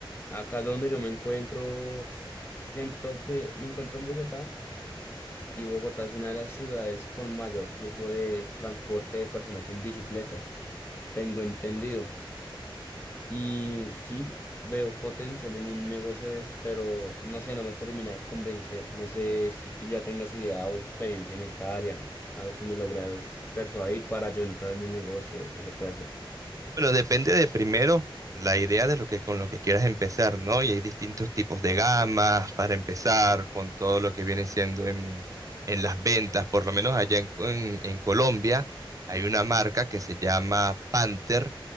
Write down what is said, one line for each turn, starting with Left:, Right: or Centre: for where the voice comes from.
Left: acá donde yo me encuentro, siento que me encuentro en Bogotá y Bogotá es una de las ciudades con mayor flujo de transporte de personas en bicicletas, tengo entendido. Y sí veo potencial en un negocio de esos, pero no sé, no me termina de convencer. No sé si tú ya tengas idea o experiencia en esta área. A ver si me logras persuadir para yo entrar en el negocio, qué se puede hacer.
Right: Bueno, depende de primero la idea de lo que con lo que quieras empezar, ¿no? Y hay distintos tipos de gamas para empezar con todo lo que viene siendo en, en las ventas, por lo menos allá en, en- en Colombia hay una marca que se llama Panther,